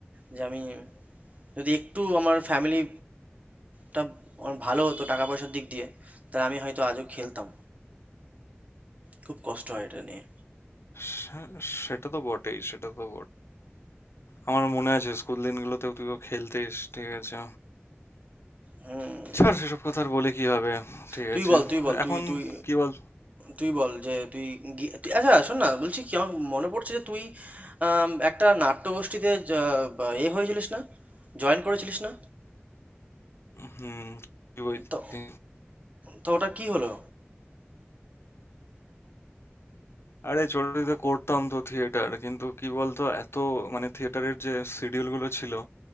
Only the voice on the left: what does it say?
সে- সেটা তো বটেই সেটা তো বট আমার মনে আছে স্কুল দিনগুলোতেও তুইও খেলতিস ঠিক আছে
ছাড় সেসব কথা আর বলে কি হবে ঠিক
আছে
এখন
কি বল
হুম কি বলছি
আরে ছোটতে করতাম তো থিয়েটার কিন্তু কি বলতো এত মানে থিয়েটারের যে শিডিউল গুলো ছিল